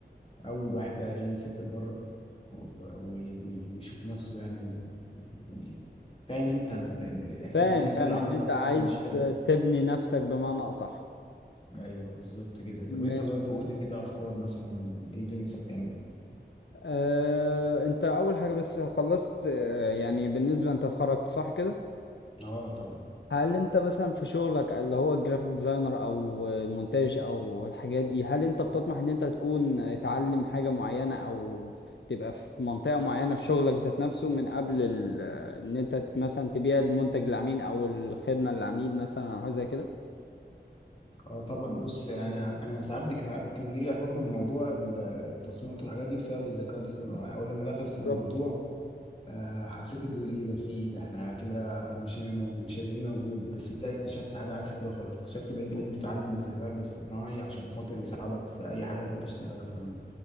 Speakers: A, on the left (about 30°); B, on the left (about 80°).
A: اول واحد بقى إيه يسافر بره و- و- ويشوف نفسه يعني و... و- فاهم انت ال- ال- الاحساس
B: فاهم
A: اللي هنا
B: فاهم
A: سوق العمل
B: ان
A: هنا
B: انت
A: في
B: عايز
A: مصر مش حلو
B: تبني نفسك بمعنى اصح
A: ايوه بالظبط كده طب انت
B: ماشي
A: برضو قول لي كده افكار مثلا ايه اللي نفسك تعمله
B: آه، انت اول حاجة بس خلصت آه، يعني بالنسبة انت اتخرجت صح كده
A: اه طبعا
B: هل انت مثلا في شغلك اللي هو الجرافيك ديزاينر او المونتاج او الحاجات دي هل انت بتطمح ان انت تكون تعلم حاجة معينة او تبقى في منطقة معينة في شغلك ذات نفسه من قبل ال... ان انت مثلا تبيع المنتج للعميل او الخدمة للعميل مثلا او حاجة زي كده
A: اه طبعا بص انا انا ساعات بيك- كان بيجي لي احباط من موضوع ال- التصميمات والحاجات دي بسبب الذكاء الاصطناعي اول لما دخل
B: بالظبط
A: في الموضوع آه، حسيت ان ايه ده في ايه ده احنا كده مش هيبقى موجود مش هيبقى لينا وجود بس لا اكتشفت حاجه عكس كده خالص اكتشفت ان انت لازم تتعلم الذكاء الاصطناعي عشان خاطر يساعدك في اي حاجه انت بتشتغلها في العموم